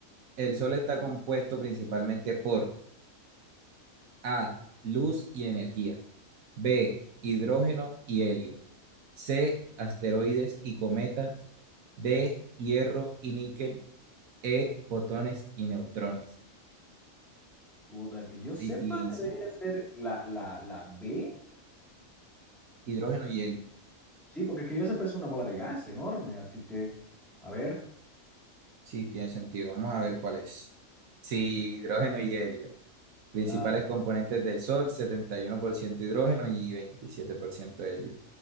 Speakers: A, on the right; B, in the centre.
A: El Sol está compuesto principalmente por A, luz y energía, B, hidrógeno y helio. C, asteroides y cometas. D, hierro y níquel. E, fotones y neutrones.
B: Puta, que yo sepa,
A: Difícil.
B: debería ser la, la, la B.
A: Hidrógeno y helio.
B: Sí, porque que yo sepa es una bola de gas enorme, así que, a ver.
A: Sí, tiene sentido. Vamos a ver cuál es. Sí, hidrógeno y helio. Principales
B: Ah,
A: componentes del Sol, 71% hidrógeno y 27% helio.